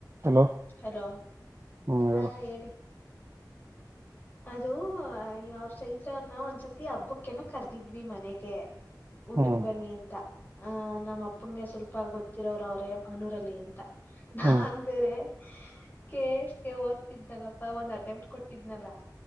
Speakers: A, on the right; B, on the left.
A: ಹಲೋ
B: ಹಲೋ
A: ಹ್ಮ್ ಹೇಳು
B: ಹಾ ಹೇಳಿ ಅದು ಅವ್ರ ಚೈತ್ರವ್ರನ ಒಂದ್ಸತಿ ಹಬ್ಬಕ್ಕೇನ ಕರ್ದಿದ್ವಿ ಮನೆಗೆ ಊಟಕ್
A: ಹ್ಮ್
B: ಬನ್ನಿ ಅಂತ ಆ ನಮ್ಮ್ ಅಪ್ಪಂಗೆ ಸ್ವಲ್ಪ ಗೊತ್ತಿರೋರ ಅವ್ರೆ ಅನೂರಲ್ಲಿ ಅಂತ ನಾನ್
A: ಹ್ಮ್
B: ಬೇರೆ ಕೇಸ್ಗೆ ಓದ್ತಿದ್ನಲ್ಲಪ್ಪಾ ಒಂದ್ ಅಟೆಂಪಟ್ ಕೊಟ್ಟಿದ್ನಲ್ಲಾ